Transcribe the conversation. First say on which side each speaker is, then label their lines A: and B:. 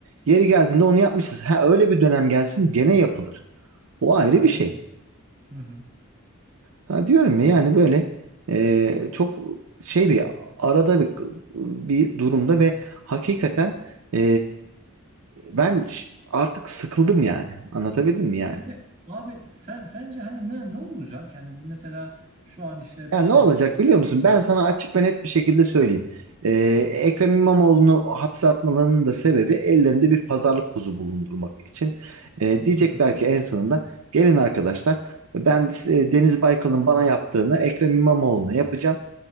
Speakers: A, on the right (about 75°); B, on the right (about 30°).
A: Yeri geldiğinde onu yapmışız. Ha öyle bir dönem gelsin gene yapılır. O ayrı
B: Aynen
A: bir şey.
B: öyle. Hı hı.
A: Ha diyorum ya yani böyle e, çok şey bir arada bir bir durumda ve hakikaten e, ben ş- artık sıkıldım yani. Anlatabildim mi yani?
B: Peki abi sen sence hani ne ne olacak? Yani bu mesela şu an işte
A: Ya ne
B: tamam
A: olacak
B: bir
A: biliyor musun? Ben sana açık ve net bir şekilde söyleyeyim. Ee,
B: Heh.
A: Ekrem İmamoğlu'nu hapse atmalarının da sebebi ellerinde bir pazarlık kuzu bulundurmak için. Ee, diyecekler
B: hı hı
A: ki en sonunda gelin arkadaşlar ben e, Deniz Baykal'ın bana yaptığını Ekrem İmamoğlu'na yapacağım.